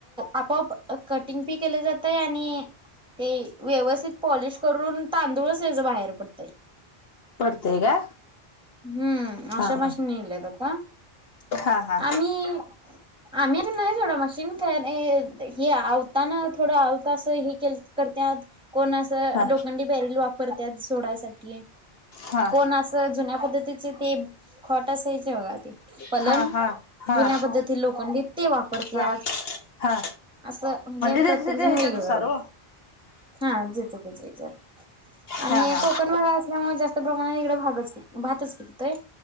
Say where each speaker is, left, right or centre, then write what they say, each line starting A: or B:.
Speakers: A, in the centre; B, on the left.
A: आपोआप अ कटिंग पी केलं जातय आणि ते व्यवस्थित पॉलिश करून तांदूळच त्याचं बाहेर पडतय.
B: पडतय का.
A: हम्म अशा
B: हा
A: मशीनी इल्यात आता.
B: हा हा
A: आम्ही आम्ही पण नाही <unintelligible> न का हे आवताना थोडं आवता अस हे के करतात कोण असं
B: हा
A: लोखंडी बॅरल वापरतात सोडासाठी
B: हा हा
A: कोण असं जुन्या त्याचे ते खोटा साईज ब पलंग
B: हा हा हा
A: जुन्या पद्धती लोखंडीित ते वापरतात
B: हा हा
A: असं म्हणजे
B: त्याच्या
A: प्रत्येक
B: त्याच्या
A: जण
B: ह्याच्यानुसार
A: वेगळ
B: हो
A: हा जच त आणि
B: हा हा
A: कोकण माग मुळे जास्त प्रमाणा इकडं भागच भातच पिकतोय